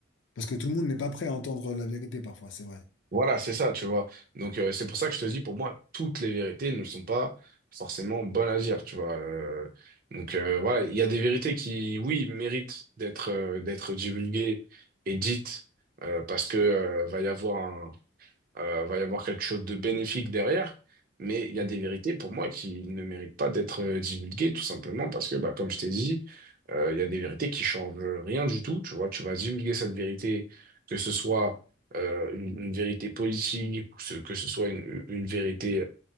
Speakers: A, on the left; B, on the right.
A: Parce que tout le monde n'est pas prêt à entendre la vérité parfois, c'est vrai.
B: Voilà, c'est ça, tu vois. Donc, euh, c'est pour ça que je te dis, pour moi, toutes les vérités ne sont pas forcément bonnes à dire, tu vois. Euh, donc, euh, voilà, il y a des vérités qui, oui, méritent d'être euh, d'être divulguées et dites euh, parce que euh, va y avoir euh, va y avoir quelque chose de bénéfique derrière, mais il y
A: Ouais,
B: a des vérités pour moi qui ne méritent pas d'être euh, divulguées, tout simplement parce que, bah, comme je t'ai dit, euh, il y a des vérités qui changent rien du tout. Tu vois, tu vas divulguer cette vérité, que ce soit euh, une, une vérité politique ou ce- que ce soit une, une vérité